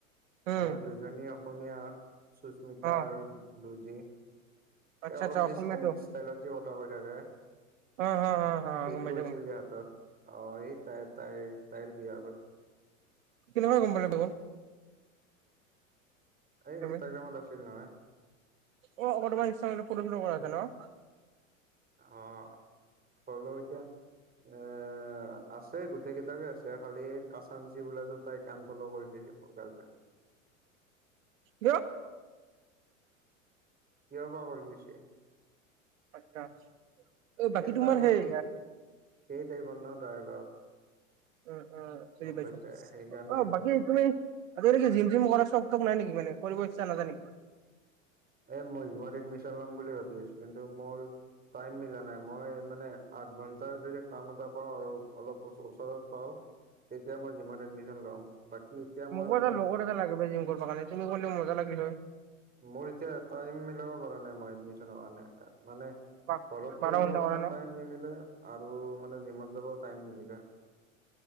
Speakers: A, on the right (about 65°); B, on the right (about 20°).
A: উম
B: আৰু দুজনী দুজনী অসমীয়া, সুস্মিতা
A: অ
B: আৰু লুজি।
A: আচ্ছা
B: এ অলপ
A: আচ্ছা অসমীয়াটো
B: যে ষ্টাইল, ষ্টাইলত যে কথা কৈ থাকে।
A: অ হ হ হ
B: টে'টো
A: গম পাইছো
B: আছিল
A: গম পাইছো
B: যে হাতত। অ', এই তাই, তাই তাইৰ বিয়া হ'ল।
A: কেনেকে গম পালি পাগল?
B: এই
A: তুমি
B: ইনষ্টাগ্ৰামত আছিল নহয়।
A: <unintelligible>
B: অ', হ'লেও এতিয়া এ আছে গোটেই কেইটাকে আছে খালি কাচানঞ্চি বোলা টোত তাই আনফলো কৰি দিছিল মোৰ গাৰ্লফ্ৰেডে।
A: কিয়?
B: কিয়বা কৰি দিছি।
A: আচ্ছা, এই বাকী
B: তাই
A: তোমাৰ
B: অলপ
A: সেই
B: সেই টাই বন্ ন' তাই অলপ
A: অ', অ', চিনি
B: গম
A: পাইছো,
B: পাইছা সেইকাৰণে
A: অ', বাকী তুমি আজিকালি কি জিম থিম কৰা চক থক নাই নেকি মানে কৰিব ইচ্ছা নাযায় নেকি?
B: এ মই জীমত এডমিশন ল'ম বুলি ভাবি আছোঁ, কিন্তু মোৰ টাইম মিলা নাই, মই মানে আঠ ঘন্টাৰ যদি কাম এটা পাওঁ আৰু অলপ ওচৰত পাওঁ। তেতিয়া মই যিমান এডমিশন ল'ম। বাকী এতিয়া মই
A: মোকো
B: মানে
A: এটা লগৰ এটা লাগিব জিম কৰিব কাৰণে তুমি ক'লেও মজা লাগিল হয়।
B: মোৰ এতিয়া টাইম মিলাব পৰা নাই মই এডমিশনৰ কাৰণে মানে
A: পাক
B: ঘৰত
A: বাৰ
B: কৰিব
A: ঘণ্টা
B: কাৰণেও
A: কৰা ন
B: টাইম নিমিলে আৰু মানে জিমত যাবও টাইম নিমিলে।